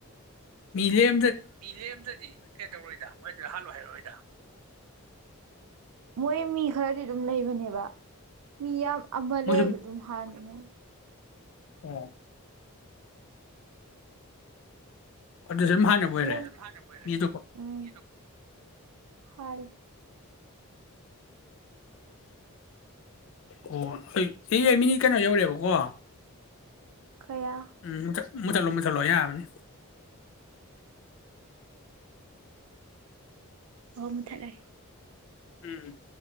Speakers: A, on the left (about 60°); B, on the right (about 80°).
A: ꯃꯤꯂꯦ
B: ꯃꯤ ꯂꯦꯝꯗꯗꯤ ꯀꯩ ꯇꯧꯔꯣꯏꯗ ꯃꯣꯏꯗꯨ ꯍꯥꯜꯂꯣꯏ ꯍꯥꯏꯔꯛꯑꯣꯣꯏꯗ ꯃꯣꯏ ꯃꯤ ꯈꯔꯗꯤ ꯑꯗꯨꯝ ꯂꯩꯕꯅꯦꯕ ꯃꯤ ꯌꯥꯝ ꯑꯃ
A: ꯃꯣꯏ
B: ꯂꯩꯔꯁꯨ ꯑꯗꯨꯝ ꯍꯥꯟꯅꯤ ꯃꯣꯏ
A: ꯑ ꯑꯗꯨꯗ ꯁꯨꯝ ꯍꯥꯟꯅꯕ ꯑꯣꯏꯔꯦ
B: ꯎꯝ
A: ꯃꯤ ꯑꯇꯣꯞꯄ
B: ꯍꯂꯦ
A: ꯑꯣ ꯑꯩꯣꯏ ꯑꯦ ꯌꯥ ꯃꯤꯅꯤ ꯀꯩꯅꯣ ꯌꯧꯔꯦꯕꯀꯣ
B: ꯀꯌꯥ
A: ꯎꯝ ꯃꯨꯠꯊꯠꯂꯣ ꯃꯨꯠꯊꯠꯂꯣ ꯌꯥꯕꯅꯤ
B: ꯍ ꯃ ꯊꯂ
A: ꯎꯝ